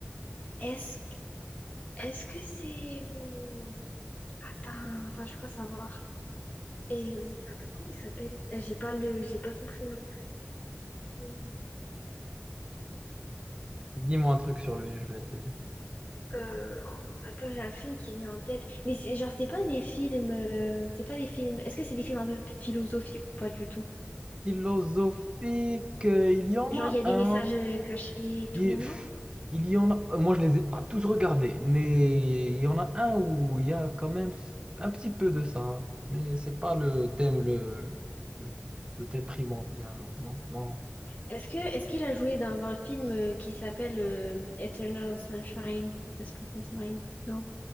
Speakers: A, on the left; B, on the right.
A: est-ce est-ce que c'est hum, attends, attends, je crois savoir. Et hum, attends, comment il s'appelle? Euh, J'ai pas le j'ai pas son prénom. Hum,
B: Dis-moi un truc sur lui, je vais te dire.
A: euh, attends, j'ai un film qui vient en tête, mais c'est genre c'est pas des films euh, c'est pas des films. Est-ce que c'est des films un peu philosophiques ou pas du tout?
B: Philosophique, euh, il y en
A: Genre
B: a
A: il y a des
B: un.
A: messages euh, cachés et tout,
B: Il,
A: non?
B: pff, il y en a. euh, Moi, je les ai pas tous regardés, mais il y en a un où il y a quand même un petit peu de ça. hein. Mais c'est pas le thème le, le, le thème primordial, non, non. non.
A: Est-ce que est-ce qu'il a joué dans un film euh, qui s'appelle euh, Eternal Sunshine of the Spotless Mind? Non?